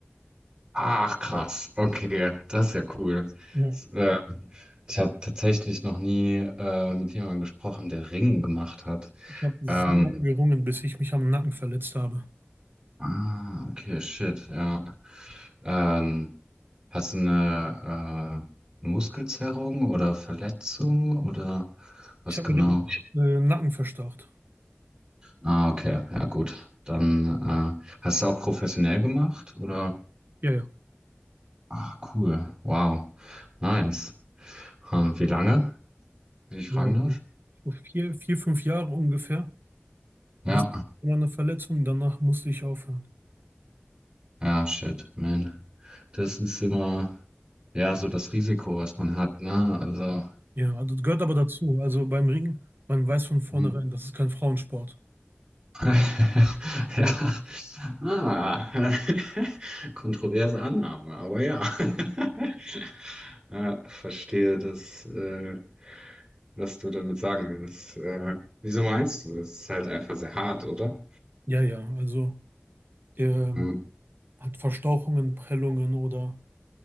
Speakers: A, on the right (about 25°); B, on the right (about 60°).
A: Ach, krass. Okay, das ist ja cool.
B: Ja,
A: S- Äh, ich habe tatsächlich noch nie äh, mit jemandem gesprochen, der Ringen gemacht hat.
B: ich habe sehr
A: Ähm,
B: lange gerungen, bis ich mich am Nacken verletzt habe.
A: ah, okay, shit, ja. Ähm, hast du eine äh, Muskelzerrung oder Verletzung oder was
B: Ich habe
A: genau?
B: mir den äh, Nacken verstaucht.
A: Ah, okay, ja gut. Dann äh, hast du auch professionell gemacht oder?
B: Ja, ja. ja.
A: Ah, cool, wow, nice. Ähm, wie lange, wenn ich fragen
B: Ähm,
A: darf?
B: So vier, vier, fünf Jahre ungefähr.
A: Ja,
B: Bis immer eine Verletzung, danach musste ich aufhören.
A: ja, shit, man. Das ist immer, ja, so das Risiko, was man hat, ne? Also,
B: Ja, also das gehört aber dazu. Also beim Ringen, man weiß von vornherein,
A: Mhm.
B: das ist kein Frauensport.
A: <laughs> Ja.
B: Kein,
A: Ah. <laughs> Kontroverse Annahme, aber ja. <laughs> Ja, verstehe, dass, äh, was du damit sagen willst. Äh, wieso meinst du? Es ist halt einfach sehr hart, oder?
B: ja, ja, also der
A: Hm.
B: hat Verstauchungen, Prellungen oder